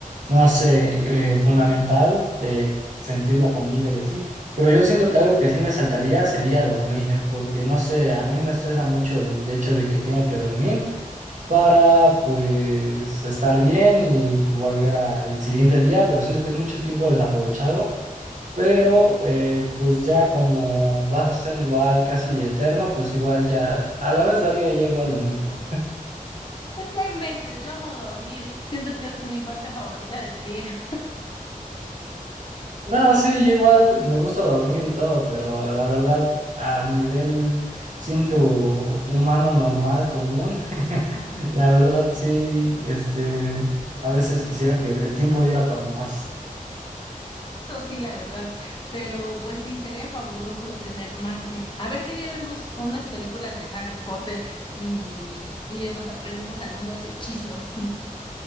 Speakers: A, on the right; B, on the left.
A: no sé, eh, fundamental de sentir la comida y así. Pero yo siento que algo que sí me saltaría sería dormir, porque no sé, a mí me estresa mucho el hecho de que tenga que dormir para pues estar bien y volver al siguiente día, pero siento que es mucho tiempo desaprovechado. Pero eh, pues ya como vas a ser igual casi eterno, pues igual ya a la vez daría ya igual lo mismo.
B: No inventes, yo amo dormir, siento que es mi parte favorita del día.
A: No, sí, yo igual me gusta dormir y todo, pero la verdad, a nivel siendo humano normal, común, <laughs> la verdad sí, este, a veces quisiera que el tiempo diera para más.
B: Eso sí, la verdad. Pero pues sí, sería fabuloso tener magia. A ver qué día vemos unas películas de Harry Potter y, y nos aprendemos algunos hechizos. <laughs>